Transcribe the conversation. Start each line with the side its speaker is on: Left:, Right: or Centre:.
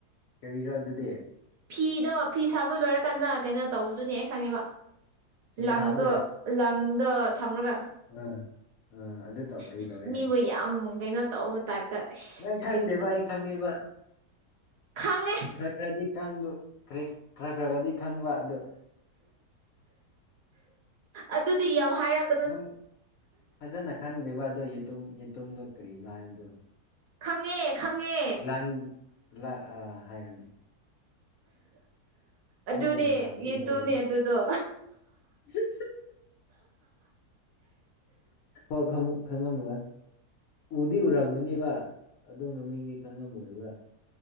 Left: ꯀꯔꯤꯔꯣ ꯑꯗꯨꯗꯤ
Right: ꯐꯤꯗꯣ ꯐꯤ ꯁꯥꯕ ꯂꯣꯏꯔꯀꯥꯟꯗ ꯀꯩꯅꯣ ꯇꯧꯕꯗꯨꯅꯦ ꯑꯩ ꯈꯪꯉꯦꯕ
Left: ꯐꯤ
Right: ꯂꯪꯇꯣ
Left: ꯁꯥꯕ
Right: ꯂꯪꯗꯣ ꯊꯝꯔꯒ
Left: ꯑ ꯑ ꯑꯗꯨ ꯇꯧ ꯀꯔꯤ
Right: ꯏꯁ
Left: ꯇꯧꯔꯦ
Right: ꯃꯤꯕꯨ ꯌꯥꯝ ꯀꯩꯅꯣ ꯇꯧ ꯇꯥꯏꯞꯇ ꯑꯩꯁ
Left: ꯅꯪ ꯈꯪꯗꯦꯕ
Right: ꯀꯔꯤ
Left: ꯑꯩ ꯈꯪꯉꯦꯕ
Right: ꯈꯪꯉꯦ
Left: ꯈꯔ ꯈꯔꯗꯤ ꯀꯪꯗꯨ ꯈꯔ ꯈꯔ ꯈꯔꯒꯗꯤ ꯈꯪꯕ ꯑꯗꯣ
Right: ꯑꯗꯨꯗꯤ ꯌꯥꯝ ꯍꯥꯏꯔꯛ
Left: ꯅꯪ ꯐꯖꯅ ꯈꯪꯗꯦꯕ ꯑꯗꯣ ꯌꯦꯇꯨꯝ ꯌꯦꯇꯨꯝꯗꯣ ꯀꯔꯤꯅꯣ ꯍꯥꯏꯕꯗꯣ
Right: ꯈꯪꯉꯦ ꯈꯪꯉꯦ
Left: ꯂꯥꯡ ꯂ ꯑ ꯍꯥꯏꯔꯣꯅꯦ
Right: ꯑꯗꯨꯅꯦ
Left: ꯅꯪꯒꯤ ꯃꯇꯝ ꯄꯤꯖꯔꯤ
Right: ꯌꯦꯇꯨꯝꯅꯦ ꯑꯗꯨꯗꯣ
Left: <unintelligible> ꯑꯣ ꯈꯪꯕꯨ ꯈꯪꯉꯝꯃꯣꯏ ꯎꯗꯤ ꯎꯔꯝꯒꯅꯦꯕ ꯑꯗꯨ ꯃꯃꯤꯡꯗꯤ ꯈꯪꯉꯝꯃꯣꯏꯕ